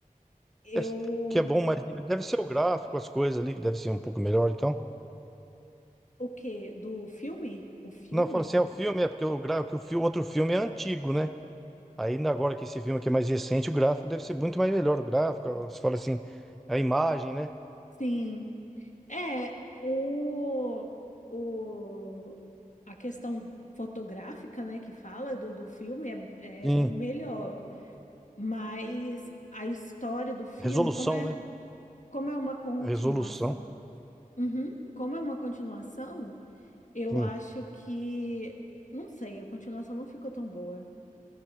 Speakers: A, on the left; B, in the centre.
A: Eu.
B: É, que é bom, mas deve ser o gráfico, as coisas ali, que deve ser um pouco melhor, então.
A: O quê? Do filme? O filme?
B: Não, fala assim, é o filme, é porque o gráfico, que o fi- outro filme é antigo, né? Aí na- agora que esse filme aqui é mais recente, o gráfico deve ser muito mais melhor. O gráfico, você fala assim, a imagem, né?
A: Sim. É, o, o, a questão fotográfica, né, que fala do, do filme é,
B: Sim,
A: é melhor, mas a história do filme,
B: resolução,
A: como é,
B: né?
A: como é uma continuação,
B: A resolução.
A: uhum, como é uma continuação, Eu
B: Sim.
A: acho que. Não sei, a continuação não ficou tão boa.